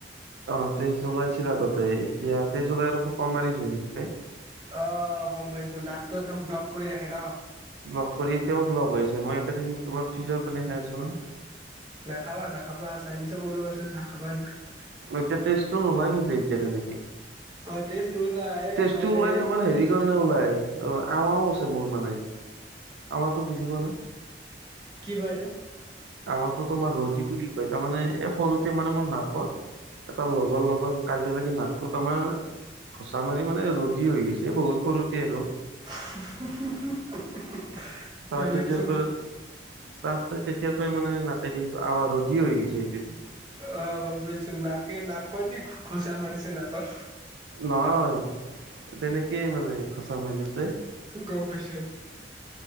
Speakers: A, on the right (about 80°); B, on the right (about 25°).
A: অ তেজ উলাইছিল আগতে এতিয়া তেজ ওলাই আৰু মাৰি ধৰি থাকে
B: অ গম পাইছো নাকটো একদম ব্লক কৰি ৰাখে ন
A: ব্লক কৰি এতিয়াও ব্লক হৈছে মই কেইদিন তোমাৰ ফ্ৰিজৰ পানী খাই আছো ন
B: নাখাবা নাখাবা চাইনিছৰ প্ৰব্লেম আছে যদি নাখাবা ইমান
A: এতিয়া তেজটো নোলায় কিন্তু এতিয়া তেনেকে
B: অ তেজ নোলাই
A: তেজটো
B: মানে
A: ওলাই তোমাৰ হেৰি কাৰণে ওলাই অ আমাও আছে মোৰ মানে আমাতো বুজি পোৱা নাই
B: কি বা এইটো
A: আমাৰো তো তোমাৰ ৰ'দী বুলি কয় তাৰ মানে এই সৰুতে মানে মোৰ নাকত এটা লগৰ লগত কাজিয়া লাগি নাকটো তমাৰ ঘোচা মাৰি মানে ৰ'দী হৈ গৈছে বহুত সৰুতে আৰু
B: <unintelligible>
A: ত
B: বেলেগ
A: তেতিয়াৰ
B: চোন
A: পৰা তাত তেতিয়াৰ পৰাই মানে নাকেদি এইটো আৱা ৰজি হৈ গৈছে সেইটো
B: অ গম পাইছো নাকে নাকেদি ঘোচা মাৰিছে নাকত।
A: নহয়, তেনেকেই মানে সঁচা মাৰিওতে
B: গম পাইছো।